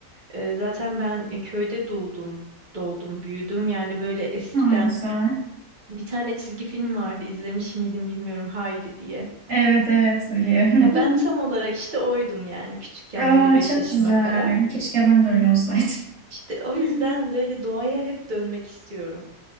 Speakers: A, on the right (about 35°); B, on the right (about 50°).
A: Ee, zaten ben e, köyde doğdum, doğdum, büyüdüm. Yani böyle eskiden
B: Aa, güzel.
A: bir tane çizgi film vardı izlemiş miydim bilmiyorum Haydi diye.
B: Evet evet biliyorum.
A: Ya ben tam
B: <laughs>
A: olarak işte oydum yani küçükken
B: Aa,
A: böyle 5
B: çok
A: yaşıma
B: güzel.
A: kadar.
B: Keşke ben de öyle olsaydım.
A: İşte o
B: <laughs>
A: yüzden böyle doğaya hep dönmek istiyorum.